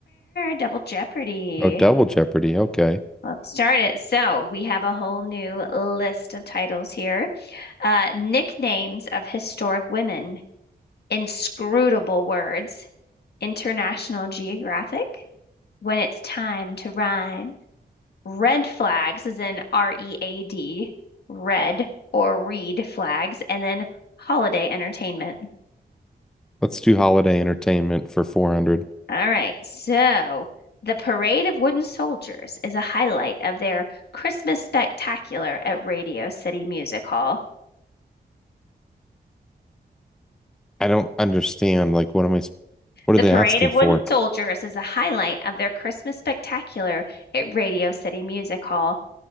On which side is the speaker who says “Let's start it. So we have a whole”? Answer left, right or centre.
Left